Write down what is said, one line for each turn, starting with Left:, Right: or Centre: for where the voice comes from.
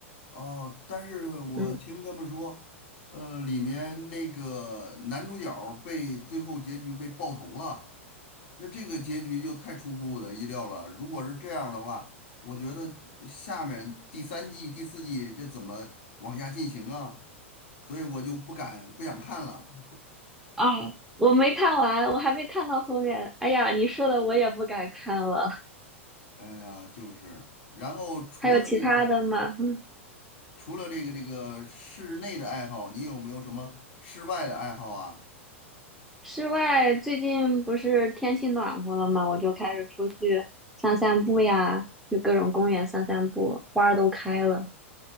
Left: 哦，但是我听他们说，
Centre: 嗯，
Left: 呃，里面那个男主角儿被最后结局被爆头了，那这个结局就太出乎我的意料了。如果是这样的话，我觉得下面第三季、第四季这怎么往下进行啊？所以我就不敢不想看了。
Centre: 啊，我没看完，我还没看到后面。哎呀，你说的我也不敢看了。
Left: <laughs> 哎呀，就是，然后除了这个。
Centre: 还有其他的吗？<laughs> 嗯，
Left: 除了这个这个室内的爱好，你有没有什么室外的爱好啊？
Centre: 室外最近不是天气暖和了吗？我就开始出去散散步呀，去各种公园散散步，花儿都开了。